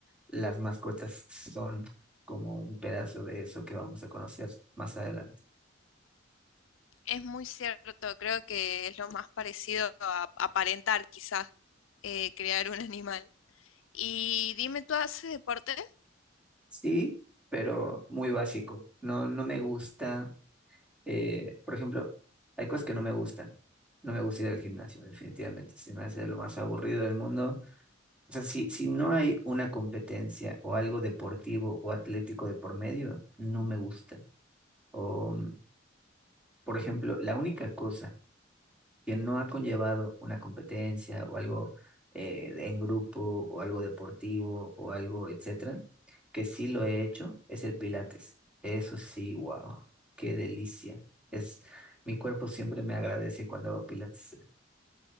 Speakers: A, in the centre; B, on the left (about 80°).
A: las mascotas son como un pedazo de eso que vamos a conocer más adelante.
B: Es muy cierto. Creo que es lo más parecido a aparentar, quizás, eh, crear un <laughs> animal. Y dime, ¿tú haces deporte?
A: Sí, pero muy básico. No, no me gusta, eh, por ejemplo, hay cosas que no me gustan. No me gusta ir al gimnasio, definitivamente. Se me hace lo más aburrido del mundo. O sea, si, si no hay una competencia o algo deportivo o atlético de por medio, no me gusta. O, mm, por ejemplo, la única cosa que no ha conllevado una competencia o algo eh, de- en grupo o algo deportivo o algo, etcétera, que sí lo he hecho, es el Pilates. Eso sí, wow, qué delicia. Es, mi cuerpo siempre me agradece cuando hago Pilates.